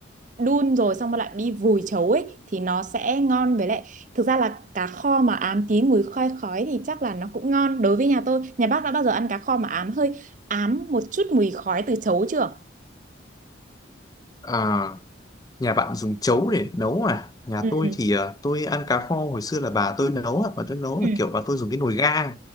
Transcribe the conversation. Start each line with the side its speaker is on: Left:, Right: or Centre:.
Right: đun rồi xong rồi lại đi vùi chấu ấy thì nó sẽ ngon với lại thực ra là cá kho mà ám tí mùi khoai khói thì chắc là nó cũng ngon đối với nhà tôi. Nhà bác đã bao giờ ăn cá kho mà ám hơi ám một chút mùi khói từ chấu chưa?
Left: À, nhà bạn dùng chấu để nấu à? Nhà
Right: ừ
Left: tôi thì à, tôi ăn cá kho hồi xưa là bà tôi nấu á, bà tôi nấu
Right: ừ
Left: là kiểu bà tôi dùng cái nồi gang.